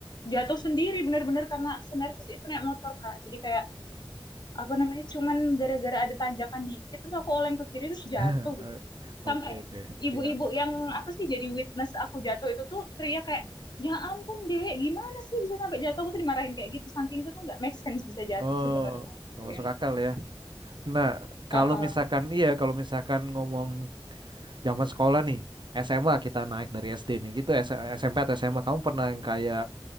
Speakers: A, on the left (about 55°); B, on the right (about 60°).
A: jatuh sendiri benar-benar karena senervis itu naik motor, Kak. Jadi kayak apa namanya? Cuman gara-gara ada tanjakan dikit terus aku oleng ke kiri terus jatuh
B: <laughs>
A: gitu.
B: Oke
A: Sampai
B: oke
A: ibu-ibu
B: iya
A: yang apa sih jadi witness aku jatuh itu tuh teriak kayak, "Ya ampun, Dek, gimana sih bisa sampai jatuh?" Aku tuh dimarahin kayak gitu. Saking itu tuh nggak make sense bisa jatuh
B: oh
A: sebenarnya.
B: nggak
A: Yang
B: masuk akal ya. Nah kalau
A: uh
B: misalkan iya kalau misalkan ngomong zaman sekolah nih SMA kita naik dari SD nih gitu S- SMP atau SMA kamu pernah yang kayak